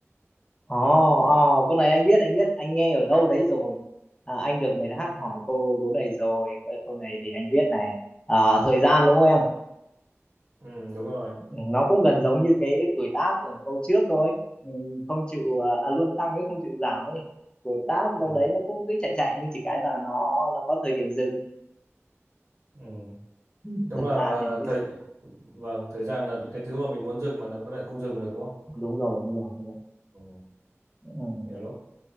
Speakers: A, on the left; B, on the right.
A: Ồ, ồ, câu này anh biết, anh biết, anh nghe ở đâu đấy rồi. À, anh được người khác hỏi câu đố này rồi. Câu câu này thì anh biết này. À, thời gian đúng không em?
B: ừ, đúng rồi
A: Ừ, Nó cũng gần giống như cái tuổi tác ở câu trước thôi. Ừ, không chịu, à, à, luôn tăng chứ không chịu giảm ấy. Tuổi tác
B: ừ.
A: đâu đấy nó cũng cứ chạy chạy nhưng chỉ cái là nó nó có thời điểm dừng.
B: Ừ.
A: Ừ,
B: đúng
A: Thời
B: là ờ,
A: gian thì nó cứ
B: thời
A: chạy.
B: vâng thời gian là cái thứ mà mình muốn dừng mà nó lại không dừng được đúng không
A: Đúng rồi, đúng rồi, đúng rồi.
B: ừ.
A: Ừ,
B: nhiều lúc